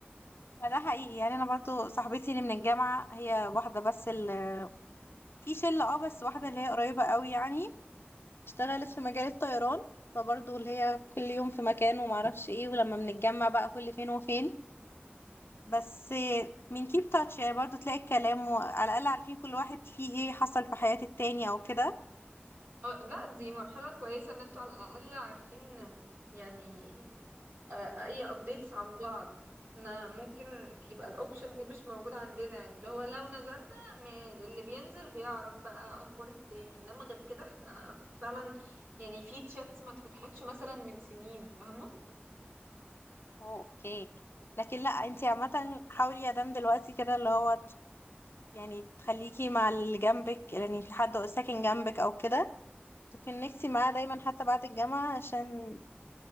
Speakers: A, on the left; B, on the right.
A: ده حقيقي يعني انا برضو صاحبتي اللي من الجامعة هي واحدة بس اللي في شلة اه بس واحدة اللي هي قريبة قوي يعني اشتغلت في مجال الطيران فبرضو اللي هي كل يوم في مكان ومعرفش ايه ولما بنتجمع بقى كل فين وفين بس من كيب تاتش يعني برضو تلاقي الكلام وعلى الأقل عارفين كل واحد فيه ايه حصل في حياة التاني او كده
B: اه لا دي مرحلة كويسة ان انتوا على الأقل عارفين يعني آه، اي updates عن بعض احنا ممكن يبقى الاوبشن دي مش موجود عندنا يعني اللي هو لو نزلنا م- اللي بينزل بيعرف بقى اخبار التاني انما غير كده احنا فعلا يعني في تشاتس ما اتفتحتش مثلا من سنين فاهمة
A: اوه اوكي لكن لا انتي عامة حاولي يا دام دلوقتي كده اللي هو ت- يعني تخليكي مع اللي جنبك يعني في حد ساكن جنبك او كده تكونكتي معاه دايما حتى بعد الجامعة عشان